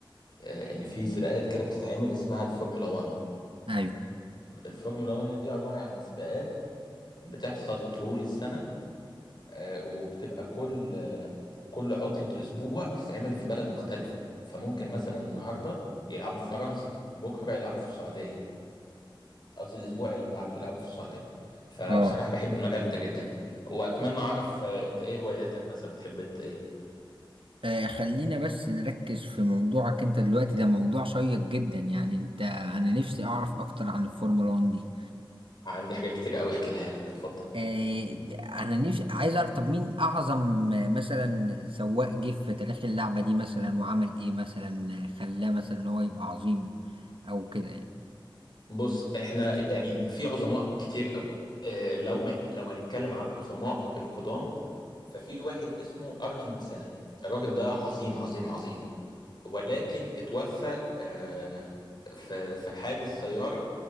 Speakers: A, on the left; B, on the right.
A: ان في سباقات كده بتتعمل اسمها الفورمولا 1
B: ايوه
A: الفورمولا 1 دي عباره عن سباقات بتحصل طول السنه آه، وبتبقى كل آه، كل عطله اسبوع بتتعمل في بلد مختلفه فممكن مثلا النهارده يلعبوا في فرنسا بكره يلعبوا في السعوديه قصدي الاسبوع اللي بعده يلعبوا في السعوديه فبصراحه
B: اه
A: بحب المجال ده جدا واتمنى اعرف آه، انت ايه هواياتك مثلا بتحب ت- ايه
B: آه، خلينا بس نركز في موضوعك انت دلوقتي ده موضوع شيق جدا يعني انت انا نفسي اعرف اكتر عن الفورمولا 1 دي
A: عندي حاجات كتير قوي احكي لها لك اتفضل
B: آه انا نفسي عايز اعرف طب مين اعظم آه، مثلا سواق جه في تاريخ اللعبه دي مثلا وعمل ايه مثلا آه، خلاه مثلا ان هو يبقى عظيم او كده يعني
A: بص احنا يعني في عظماء كتير قوي اه لو ما لو هنتكلم على العظماء القدام ففي واحد اسمه ارتون سينا الراجل ده عظيم عظيم عظيم ولكن اتوفى اه في في حادث سياره